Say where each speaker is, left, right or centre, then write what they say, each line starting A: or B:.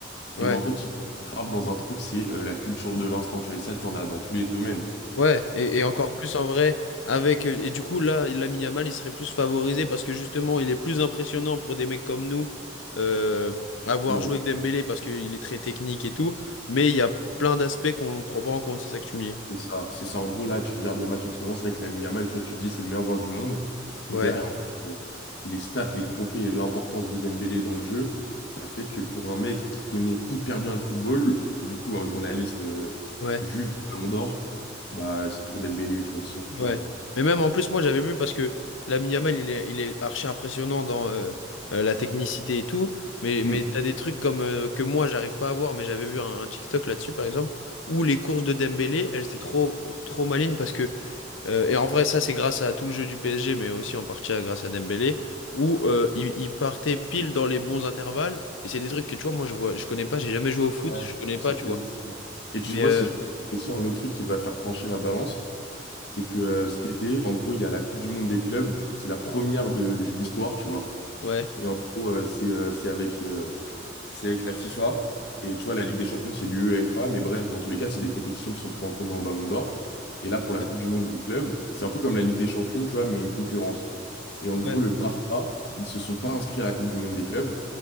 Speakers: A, on the left; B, on the left.
A: Ouais.
B: Et ben en fait, ils gravent dans un truc, c'est euh, la culture de l'instant, tu vois. Et ça, t'en as dans tous les domaines.
A: Ouais, et, et encore plus en vrai, avec. euh, Et du coup, là, il Lamine Yamal, il serait plus favorisé parce que justement, il est plus impressionnant pour des mecs comme nous, euh, avoir
B: Exactement.
A: joué avec Dembélé parce qu'il est très technique et tout, mais il y a plein d'aspects qu'on ne prend pas en compte, c'est ça que tu me dis.
B: C'est ça, c'est ça. En gros, là, tu regardes les matchs en ce moment, c'est vrai que Lamine Yamal, tu vois, tu te dis c'est le meilleur joueur du monde.
A: Ouais,
B: Mais derrière, en fait, euh, les stats, les trophées et l'importance de Dembélé dans le jeu, ça fait que pour un mec qui connaît hyper bien le football, du coup, un journaliste euh,
A: ouais.
B: juge le Ballon d'Or, bah, c'est pour Dembélé, tu vois, 100 fois
A: Ouais.
B: en vrai.
A: Mais même en plus, moi j'avais vu parce que Lamine Yamal, il est, il est archi impressionnant dans euh, euh, la technicité et tout. Mais, mais
B: Mm.
A: t'as des trucs comme euh, que moi j'arrive pas à voir, mais j'avais vu un, un TikTok là-dessus par exemple, où les courses de Dembélé, elles étaient trop, trop malines parce que, euh, et en vrai, ça c'est grâce à tout le jeu du PSG, mais aussi en partie à- grâce à Dembélé, où euh, il, il partait pile dans les bons intervalles. Et c'est des trucs que tu vois, moi je vois, je connais pas, j'ai jamais joué au foot,
B: Ouais,
A: je connais pas,
B: c'est
A: tu
B: très
A: vois.
B: différent. Et tu
A: Mais
B: vois,
A: euh,
B: si je prends aussi un autre truc qui va faire pencher la balance, c'est que euh, cet été, en gros, il y a la Coupe du Monde des clubs. C'est la première de, de l'histoire, tu vois.
A: ouais,
B: Et en gros, euh, c'est euh, c'est avec euh, c'est avec la FIFA. Et tu vois, la Ligue des Champions, c'est l'UEFA. Mais bref, dans tous les cas, c'est des compétitions qui sont prises en compte dans le Ballon d'Or. Et là, pour la
A: ouais,
B: Coupe du Monde des clubs, c'est un peu comme la Ligue des Champions, tu vois, mais une concurrence. Et en
A: ouais.
B: gros, le Barça, ils se sont pas inscrits à la Coupe du Monde des clubs,